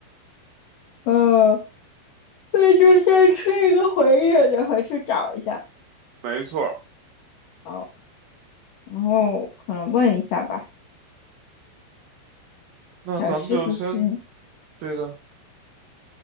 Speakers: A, on the left (about 70°); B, on the right (about 75°).
A: 嗯，那就先吹一个回忆，得回去找一下。
B: 没错，
A: 好，然后可能问一下吧，
B: 那咱们就先
A: 小西和是
B: 对的，